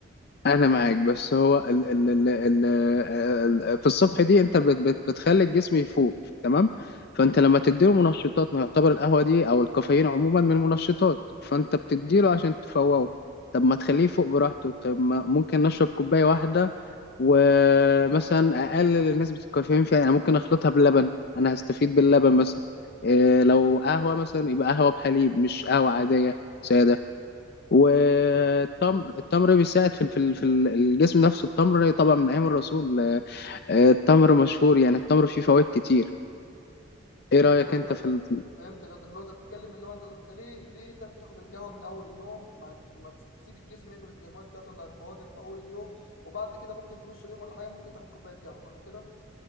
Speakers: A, on the left; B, on the left.
A: انا معاك بس هو ال ال ال ال ال في الصبح دي انت بت بت بتخلي الجسم يفوق تمام فانت لما تديله منشطات ما يعتبر القهوه دي او الكافيين عموما من منشطات فانت بتديله عشان تفوقه طب ما تخليه يفوق براحته طب ما ممكن نشرب كوبايه واحده ومثلا اقلل نسبه الكافيين فيها يعني ممكن اخلطها باللبن انا هستفيد باللبن مثلا إيه لو قهوه مثلا يبقى قهوه بحليب مش قهوه عاديه ساده والتمر
B: ف-
A: التمر بيساعد في في في الجسم نفسه التمر طبعا من ايام الرسول آه، التمر مشهور يعني التمر فيه فوائد كتير ايه
B: فهمت
A: رايك
B: قصدك
A: انت في ال-
B: فهمت قصدك لو انت بتتكلم اللي هو انت انت ليه ليه تاخد تاخد القهوه من اول اليوم ما ما تسيب الجسم يفرز الهرمونات بتاعته اللي هتفوقك في اول اليوم وبعد كده ممكن في نص اليوم ولا حاجه ممكن تاخد كوبايه قهوه صح كده